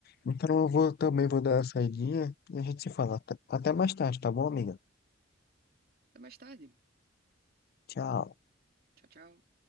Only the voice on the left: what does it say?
Então eu vou, também vou dar uma saidinha e a gente se fala. Até até mais tarde, tá bom, amiga?
Tchau.